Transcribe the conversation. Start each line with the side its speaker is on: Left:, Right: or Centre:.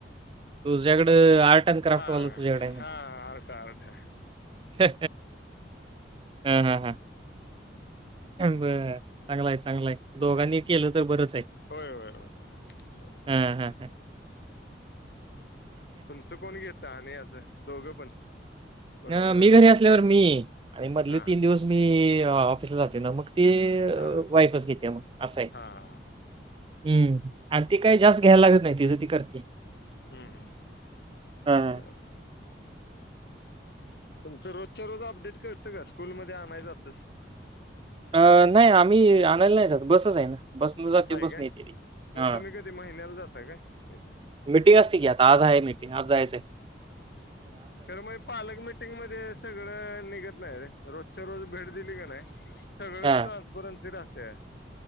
Right: तुझ्याकडं, आर्ट ॲन्ड क्राफ्ट
Left: हा
Right: वाल तुझ्याकड आहे म?
Left: हा अर्धा अर्धा
Right: हं हं हं. बर चांगलाय चांगलंय. दोघांनी केलं तर बरंच च आहे.
Left: होय होय होय
Right: ह ह हं.
Left: तुमचं कोण घेता आणि याचं दोघं पण? कोणाला
Right: अ मी
Left: वेळ
Right: घरी
Left: मिळेल
Right: असल्यावर
Left: तस
Right: मी, आणि मधले
Left: हा
Right: तीन दिवस मी ऑफिसला जातोय ना. मग ते
Left: हा
Right: वाईफच घेते मग असं आहे.
Left: हा.
Right: हं, आणि ती काही जास्त घ्यायला लागत नाही तिचं ती करते.
Left: हं हं हं,
Right: हां.
Left: बरं. तुमचं रोजच्या रोज अपडेट करतं का स्कूलमध्ये आणाय जातोस?
Right: अं नाही आम्ही आणायला नाही जात बसच आहे ना बस ने जाते
Left: हाय
Right: बस
Left: काय
Right: ने येते ती. हां.
Left: मग तुम्ही कधी महिन्याला जाता काय? क
Right: मिटिंग असते की. आता आज आहे मिटिंग, आज जायचं.
Left: खर मग पालक मिटिंग मध्ये सगळं निघत नाही रे. रोजच्या रोज भेट दिली का नाही सगळंच
Right: हां.
Left: ट्रान्सपरन्सी राहते.